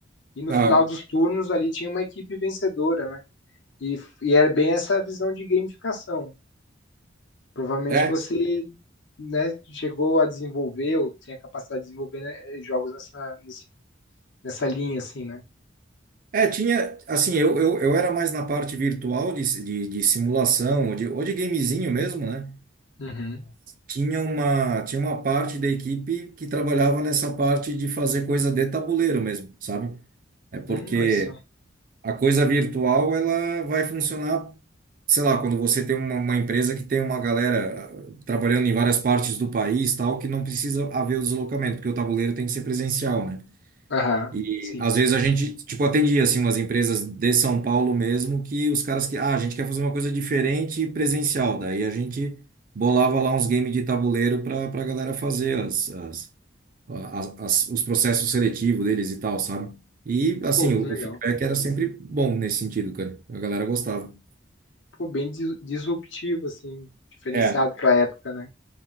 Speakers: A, on the left; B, on the right.
A: E no
B: ah,
A: final dos turnos ali tinha uma equipe vencedora, né? E, e é bem essa visão de gamificação. Provavelmente
B: é.
A: você né, chegou a desenvolver, ou tem a capacidade de desenvolver né, jogos nessa, nesse- nessa linha, assim, né?
B: É, tinha, assim, eu, eu, eu era mais na parte virtual de, de, de simulação, ou de, ou de gamezinho mesmo, né?
A: Uhum.
B: tinha uma, tinha uma parte da equipe que trabalhava nessa parte de fazer coisa de tabuleiro mesmo, sabe? É porque
A: Hum, olha só.
B: a coisa virtual ela vai funcionar, sei lá, quando você tem uma, uma empresa que tem uma galera ah, trabalhando em várias partes do país, tal, que não precisa haver o deslocamento, porque o tabuleiro tem que ser presencial, né?
A: Aham,
B: E
A: sim,
B: às
A: sim.
B: vezes a gente, tipo, atendia assim umas empresas de São Paulo mesmo que os caras que, ah, a gente quer fazer uma coisa diferente e presencial. Daí a gente bolava lá uns games de tabuleiro para para galera fazer as, as, as, as- os processos seletivos deles e tal, sabe? E assim,
A: Pô,
B: o,
A: que legal.
B: o feedback era sempre bom nesse sentido, cara. A galera gostava.
A: Pô, bem dis- disruptivo, assim, diferenciado
B: É.
A: pra época, né?